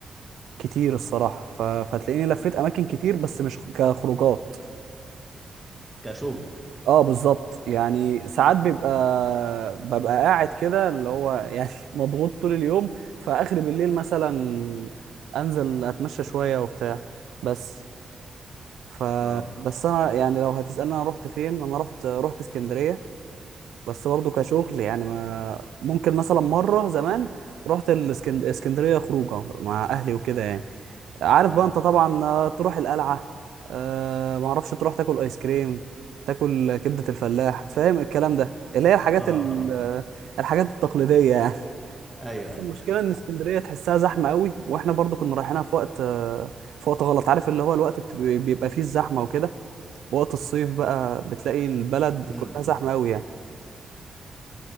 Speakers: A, on the right; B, in the centre.
A: كتير الصراحه ف... فتلاقيني لفيت اماكن كتير بس مش كخروجات
B: كشغل
A: اه بالظبط يعني ساعات بيبقى ببقى قاعد كده اللي هو يعني <laughs> مضغوط طول اليوم فاخر بالليل مثلا انزل اتمشى شويه وبتاع بس ف
B: اه
A: بس انا يعني لو هتسالني انا رحت فين انا رحت رحت اسكندريه بس برضه كشغل يعني ما ممكن مثلا مرة زمان رحت الاسكندرية خروجة مع أهلي وكده يعني عارف
B: اه
A: بقى أنت طبعا آه، تروح القلعة أه ما اعرفش تروح تاكل آيس كريم تاكل كبدة الفلاح فاهم الكلام ده اللي هي الحاجات
B: اه
A: ال-
B: اه
A: آه، الحاجات التقليدية يعني <laughs>
B: ايوه
A: بس
B: ايوه
A: المشكلة إن اسكندرية تحسها زحمة قوي وإحنا برضو كنا رايحينها في وقت آه، في وقت غلط عارف اللي هو الوقت بت- بيبقى فيه الزحمة وكده وقت الصيف بقى بتلاقي البلد
B: امم
A: كلها زحمة قوي يعني